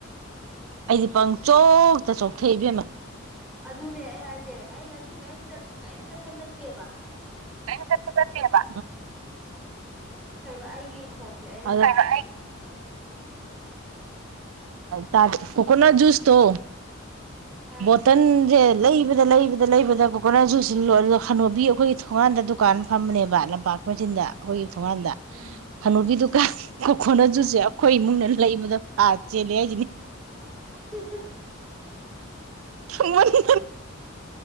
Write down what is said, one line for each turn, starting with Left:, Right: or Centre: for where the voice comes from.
Right: ꯑꯩꯗꯤ ꯄꯪꯆꯣꯛꯇ ꯆꯣꯛꯊꯩꯏꯕꯦꯝꯃ꯫
Centre: ꯑꯗꯨꯅꯦ ꯑꯩ ꯍꯥꯏꯖꯩ ꯑꯩ ꯉꯁꯤ ꯀꯔꯤꯝ ꯀꯔꯤꯝ ꯆꯠꯄ ꯅꯠꯇꯦꯕ
Right: ꯀ ꯆ ꯆꯕ
Centre: ꯀꯩꯅꯣ ꯑꯩꯒꯤ ꯈꯣꯟꯁꯦ ꯑꯩꯅ
Right: ꯦꯩꯅ
Centre: ꯇꯥꯔꯛꯑꯦ
Right: ꯇ ꯇ ꯀꯣꯀꯣꯅꯥꯠ ꯖꯨꯁ ꯇꯣ
Centre: ꯑꯥ
Right: ꯕꯣꯇꯟ ꯦ ꯂꯩꯕꯗ ꯂꯩꯕꯗ ꯂꯩꯕꯗ ꯀꯣꯀꯣꯅꯠꯁꯨꯨ ꯁꯤꯜꯂꯣꯏ ꯑꯗꯨ ꯍꯅꯣꯕꯤ ꯑꯩꯈꯣꯏꯒꯤ ꯊꯣꯡꯉꯥꯟꯗ ꯗꯨꯀꯥꯟ ꯐꯝꯕꯅꯦꯕ ꯂꯝꯄꯥꯛ ꯃꯆꯤꯟꯗ ꯑꯩꯈꯣꯏꯒꯤ ꯊꯣꯡꯉꯥꯟꯗ
Centre: ꯎꯝ
Right: ꯍꯅꯨꯕꯤꯗꯨ ꯈꯣꯟꯅꯖꯨꯁꯦ ꯑꯩꯈꯣꯏ ꯏꯃꯨꯡꯅ ꯂꯩꯕꯗ ꯑꯥ ꯆꯦꯜꯂꯦ ꯍꯥꯏꯁꯤꯅꯦ
Centre: ꯍꯥ ꯍꯥ
Right: ꯊꯃꯅꯤ